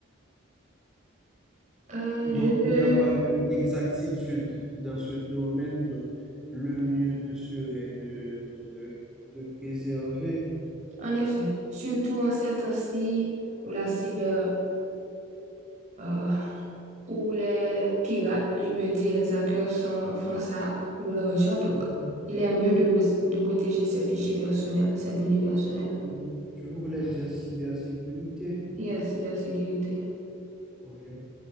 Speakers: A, on the right; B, in the centre.
A: Euh,
B: Donc,
A: je te...
B: il n'y a pas de- d'exactitude dans ce domaine. Donc, le mieux serait de, de, de préserver.
A: En effet, surtout en ces temps-ci où la cyber, euh, où les pirates, je peux dire les hackers sont, font ça pour l'argent, donc
B: Mhm.
A: il est mieux de, pos- de protéger ses fichiers personnels, ses données personnelles
B: Je, vou- je voulais dire cybersécurité.
A: et la cybersécurité.
B: OK.